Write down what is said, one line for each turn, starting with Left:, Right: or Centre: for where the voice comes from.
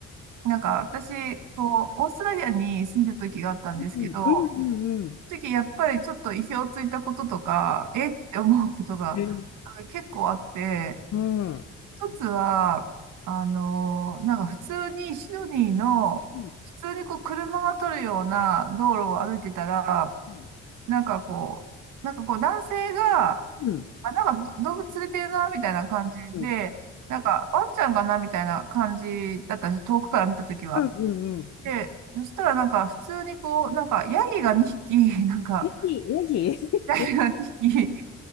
Right: なんか私、こう、オーストラリアに住んでた時があったんですけど、
Left: うん、うん、うん、うん。
Right: その時やっぱりちょっと意表をついたこととか、えって思うことがあ結構あって、
Left: えーうん。
Right: 一つは、あの、なんか普通にシドニーの、
Left: うん、
Right: 普通にこう車が通るような道路を歩いてたら、
Left: うん、
Right: なんかこう、なんかこう男性が、
Left: うん、
Right: あ、なんか動物連れてるな、みたいな感じで、
Left: うん、うん、
Right: なんかワンちゃんかな、みたいな感じだったんです、遠くから見たときは。
Left: うん、うん。
Right: で、そしたらなんか普通にこう、なんかヤギが2匹、<laughs> なんか、
Left: ヤギ、ヤギ <laughs>
Right: ヤギが2匹 <laughs>